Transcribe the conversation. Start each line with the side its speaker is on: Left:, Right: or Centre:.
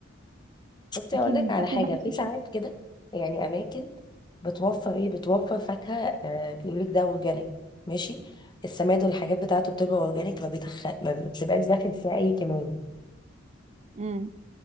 Left: شفتي
Right: اكيد
Left: اقول لك على
Right: اكيد
Left: حاجة
Right: بحس
Left: في ساعات كده يعني اماكن بتوفر ايه بتوفر فاكهة آه بيقول لك ده اورجانيك ماشي السماد والحاجات بتاعته بتبقى اورجانيك ما بيتخ ما بتبقاش داخل فيها اي كيماوي
Right: امم